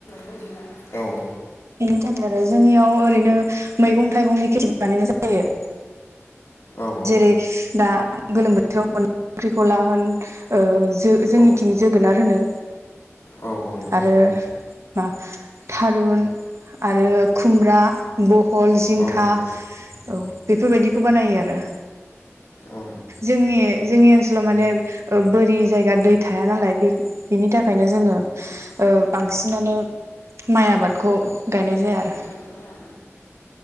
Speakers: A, on the left; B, on the right.
A: बोरिना औ।
B: बेनि थाखाय आरो जोंनियाव ओरैनो मैगं थाइगंनि खेथि बानायनाय जायो।
A: औ औ
B: जेरै दा गोलोम बोथोराव मोननाय खांख्रिंखला होन ओ जो जोंनिथिं
A: औ
B: जोगोनार होनो।
A: औ औ
B: आरो मा थारुन आरो खुमब्रा बहल जिंखा
A: औ औ
B: औ बेफोरबायदिखौ बानायो आरो।
A: औ
B: जोंनि जोंनि ओनसोलाव माने ओ बोरि जायगा दै थाया नालाय बे बिनि थाखायनो जोङो ओबांसिनानो माइ आबादखौ गायनाय जाया आरो।
A: गायनाय जाया